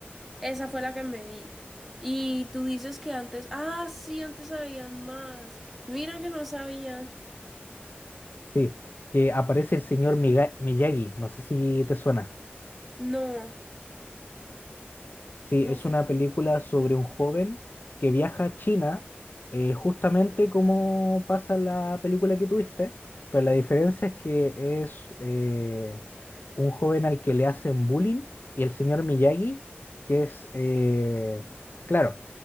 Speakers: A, in the centre; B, on the left.
A: Esa fue la que me vi. Y tú dices que antes. Ah, sí, antes sabían más. Mira que no sabía.
B: sí, que aparece el señor Miga- Miyagi, no sé si te suena.
A: No,
B: Sí,
A: no
B: es
A: sé.
B: una película sobre un joven que viaja a China, eh, justamente como pasa en la película que tuviste, pero la diferencia es que es, eh, un joven al que le hacen bullying y el señor Miyagi, que es, eh, claro,